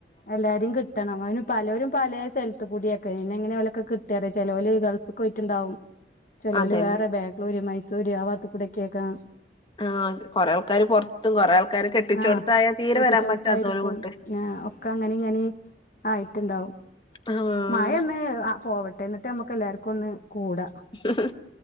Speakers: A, on the left (about 45°); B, on the left (about 25°).
A: എല്ലാരിം കിട്ടണം അതിനു പലൊരും പലേ സ്ഥല ത്ത്ക്കൂട്യാക്കാരം പിന്നെങ്ങനെ ഓലൊക്കെ കിട്ടെറ്യോ ചെലോല് ഗൾഫ്ക്കൊയിട്ട്ണ്ടാവും ചേലോല്
B: അതന്നെ
A: വേറെ ബാ ഗ്ലൂര് മൈസൂര് ആ വാത്ത്ക്കൂടെക്കെക്കാ
B: ആഹ് കൊറെ ആള്ക്കാര് പൊറത്തും കൊറെ ആൾക്കാര് കെട്ടിച്ചോട്ത്തായാ
A: ആഹ്
B: തീരെ
A: കെട്ടിച്ചോട്ത്തായിരിക്കും
B: വരാൻ പറ്റാത്തോരും ഉണ്ട്
A: ആഹ് ഒക്കെ അങ്ങനെ ഇങ്ങനിം ആയിട്ട്ണ്ടാവും
B: ആഹ്
A: മഴയെ <unintelligible> പോവട്ടെ ഇന്നെട്ട് നമ്മുക്ക് എല്ലാർക്കൊന്ന് കൂടാ
B: <unintelligible>